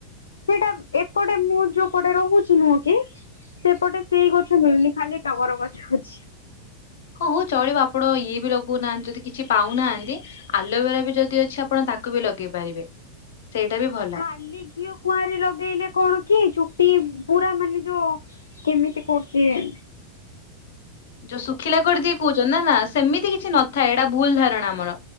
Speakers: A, on the left (about 70°); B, on the left (about 55°).
A: ସେଇଟା ଏପଟେ ମୁଁ ଯୋଉପଟେ ରହୁଛି ନୁହଁ କି ସେପଟେ ସେଇ ଘ ହଁ ମିଳିଲେ ଖାଲି ଟଗର ଗଛ ଅଛି।
B: ହଁ ହଉ ଚଳିବ ଆପଣ ଇଏ ବି ଲଗଉନାହାନ୍ତି ଯଦି କିଛି ପାଉନାହାନ୍ତି ଆଲୋଭେରା ବି ଯଦି ଅଛି ଆପଣ ତାକୁ ବି ଲଗେଇ ପାରିବେ ସେଇଟା ବି ଭଲ
A: କାଲି ଘିଅ କୁଆଁର ଲଗେଇଲେ କଣ କି ଚୁଟି ପୁରା ମାନେ ଯୋଉ କେମିତି କରୁଛି ଏ
B: ଯୋଉ ଶୁଖିଲା କରିଦିଏ କହୁଛ ନା ନା ସେମିତି କିଛି ନଥାଏ ଏଇଟା ଭୁଲ ଧାରଣା ଆମର